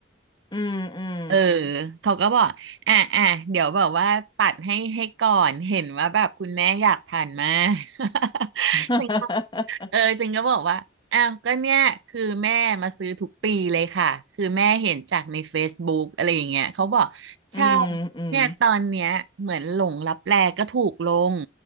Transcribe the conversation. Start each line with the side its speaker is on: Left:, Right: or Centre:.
Left: อืมอืม
Right: เออเขาก็บอกอ่ะอ่ะเดี๋ยวแบบว่าปัดให้ให้ก่อนเห็นว่าแบบคุณแม่อยากทานมาก <laughs>
Left: <laughs>
Right: ฉันก็ เออจริงก็บอกว่าอ้าวก็เนี่ยคือแม่มาซื้อทุกปีเลยค่ะ คือแม่เห็นจากใน Facebook อะไรอย่างเงี้ย เขาบอก
Left: อืมอืม
Right: ใช่เนี่ยตอนเนี้ยเหมือนหลงลับแลก็ถูกลง